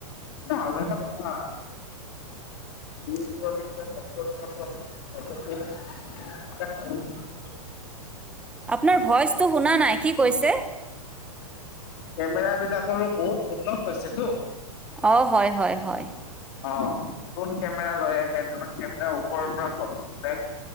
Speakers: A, on the left; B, in the centre.
A: আৰু এটা কথা <unintelligible>
B: আপোনাৰ ভইচটো শুনা নাই কি কৈছে
A: কেমেৰা বিলাকৰো বহুত উন্নত হৈছে টো
B: অ হয় হয় হয়
A: অঁ, ড্ৰোন কেমেৰা লৈ আহে, ড্ৰোন কেমেৰা ওপৰৰ পৰা ফটো তোলে।